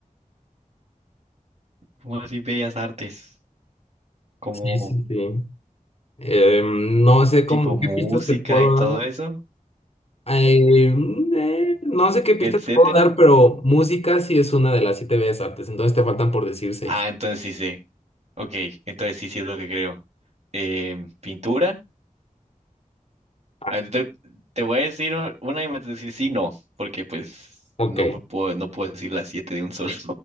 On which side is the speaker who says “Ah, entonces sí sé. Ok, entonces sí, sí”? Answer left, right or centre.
Right